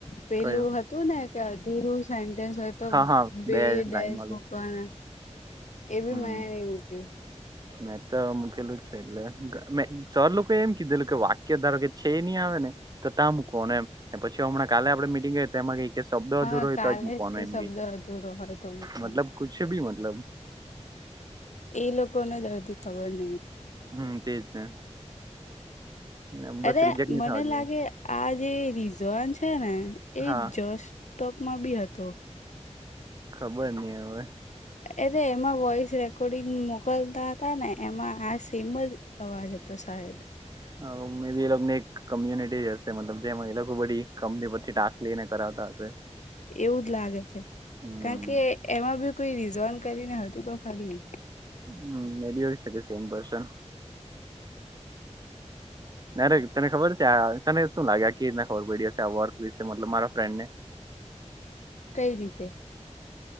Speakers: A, on the left (about 80°); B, on the right (about 35°).
A: પેલું
B: કયું
A: હતું ને કે અધીરુ સેન્ટેન્સ હોય તો
B: હા હા
A: બે ડેસ
B: લાઈન વાળું
A: મુકવાના. એ ભી
B: હમ
A: મેં નહી બૂલતી.
B: મેં તો મુૂકેલું છે એટલે મે સર લોકો એમ કીધેલું કે વા ધારો કે છે એ નહીં આવે ને તો ત મૂકને એ પછી હમણાં કાલે આપણે મિટિંગ કરી તો એમાં કઈ. કે શબ્દ
A: હા
B: અધૂરો રહેતો
A: કાલે
B: જ મૂકવાનો
A: કે
B: એમ
A: શબ્દ
B: ગ
A: અધૂરો હોય તો મૂકવાનો
B: મતલબ કુછ બી મતલબ
A: એ લોકોને દર્દી ખબર નઈ.
B: હમ્મ તેજ ને. ને બસ
A: અરે
B: રિજેક્ટ નહી
A: મને
B: થવા જોઈએ
A: લાગે આ જે રિઝોન છે ને એ
B: હા
A: જસ ટોપમાં બી હતો.
B: ખબર નહી હવે.
A: અરે એમાં વોઇસ રેકોર્ડિંગ મોકલતા હતા ને એમાં આ સેમ જ અવાજ તો શાયદ.
B: હા
A: <inaudible>
B: એ ને એક કમ્યુનિટી જ હશે મતલબ જેમાં એ લોકો બધી કંપની પરથી ટાસ્ક લઈને કરાવતા હશે.
A: એવું જ લાગે છે
B: હમ
A: કારણ કે એમાં બી કોઈ રીઝન કરીને હતું તો ખાલી.
B: હમ્મ મે બી હો શકે સેમ પર્સન. નારે તને ખબર છે આ તને શું લાગે આ કે રીતના ખબર પડી હશે આ વર્ક મતલબ મારા ફ્રેન્ડ ને
A: કઈ રીતે?